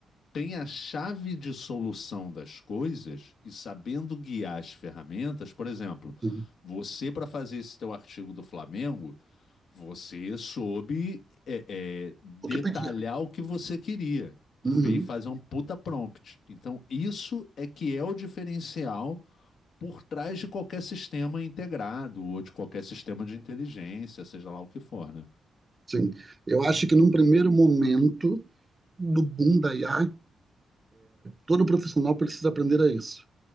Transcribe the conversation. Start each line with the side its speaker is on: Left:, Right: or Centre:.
Left: tem a chave de solução das coisas e sabendo guiar as ferramentas, por exemplo,
Right: sim.
Left: você para fazer esse teu artigo do Flamengo, você soube é, é, detalhar
Right: O que pedir?
Left: o que você queria,
Right: Uhum.
Left: fez fazer um puta prompt. Então isso é que é o diferencial por trás de qualquer sistema integrado ou de qualquer sistema de inteligência, seja lá o que for, né?
Right: Sim. Eu acho que num primeiro momento do boom da IA, todo profissional precisa aprender a isso.